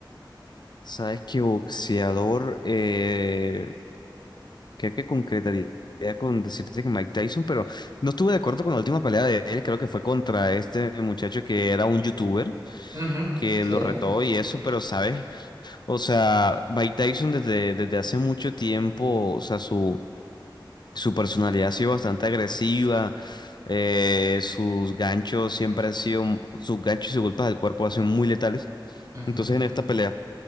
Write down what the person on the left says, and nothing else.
Sabes que boxeador, eh, creo que concretaría con decirte que Mike Tyson, pero no estuve de acuerdo con la última pelea de él, creo que fue contra este muchacho que era un youtuber,
que
lo retó y eso, pero sabes, o sea, Mike Tyson desde, desde hace mucho tiempo, o sea, su, su personalidad ha sido bastante agresiva, eh, sus ganchos siempre han sido, sus ganchos y sus golpes del cuerpo han sido muy letales,
entonces en esta pelea